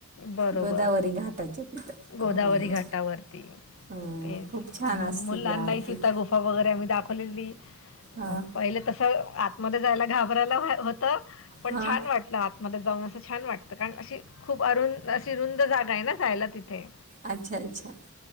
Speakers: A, on the left (about 60°); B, on the right (about 35°).
A: बरोबर
B: गोदावरी घाटाच्या तिथं
A: गोदावरी
B: हां.
A: घाटावरती.
B: हा
A: तेच
B: खूप छान
A: आणि
B: असते
A: मुलांना
B: ती आरती.
A: ही सीता गुफा वगैरे आम्ही दाखवलेली.
B: हा.
A: अं, पहिले तसं आतमध्ये जायला घाबरायला व्हाय होतं पण
B: हा
A: छान वाट ला आतमध्ये जाऊन असं छान वाटतं कारण अशी खूप अरुण अशी रुंद जागा आहे ना जायला तिथे.
B: अच्छा अच्छा